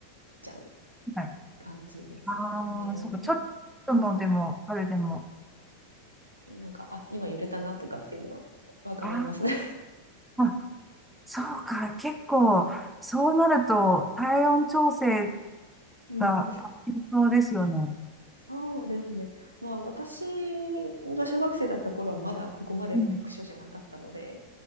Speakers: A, on the right (about 80°); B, in the centre.
A: ちゃう
B: はい。
A: 感じでしたね。
B: ああ、そうか、ちょっとのでも、
A: まあはい。
B: あれでも。
A: なんか、あ、今揺れたなとかっていうのはわかりますね。
B: あーあ、そうか、結構、そうなると、体温調整
A: <laughs> うん。
B: が必要ですよね。
A: そうですね。まあ、私が小学生だった頃はまだここまで酷暑じゃなかったので、
B: うん。